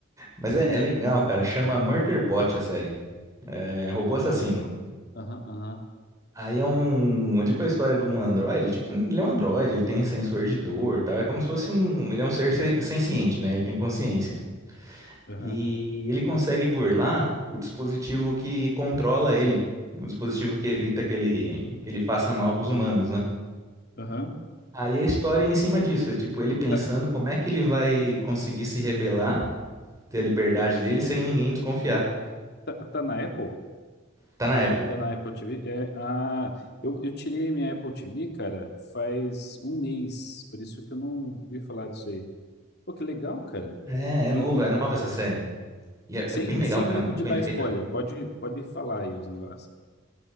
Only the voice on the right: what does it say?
Mas é,
é legal, cara. Chama Murderbot a série. É, robô assassino.
Aí é um. É tipo a história de um androide. Tipo, ele é um androide, ele tem sensor de dor e tal. É como se fosse um. Ele é um ser se- senciente, né? Ele tem consciência.
E ele consegue burlar o dispositivo que controla ele. O dispositivo que evita que ele, que ele faça mal pros humanos, né?
Aí a história é em cima disso, é tipo ele pensando
como é que ele vai conseguir se rebelar, ter a liberdade dele sem ninguém desconfiar.
Tá na Apple.
É,
é nova, é nova
essa série. E é,
é bem legal,
cara,
muito
bem
feita.